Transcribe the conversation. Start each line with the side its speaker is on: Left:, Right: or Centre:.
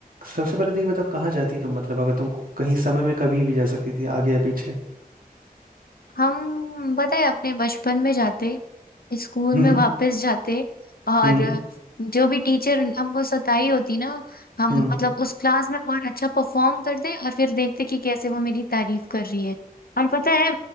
Right: सबसे पहले तो ये बताओ कहाँ जाती तुम मतलब अगर तुम कहीं समय में कभी भी जा सकती थी आगे या पीछे
Left: हम बताए अपने बचपन में जाते स्कूल
Right: हम्म
Left: में वापस जाते और
Right: हम्म
Left: जो भी टीचर हमको सताई होती ना हम
Right: हम्म
Left: मतलब उस क्लास में और अच्छा परफॉर्म करते और फिर देखते कि कैसे वो मेरी तारीफ कर रही है और पता है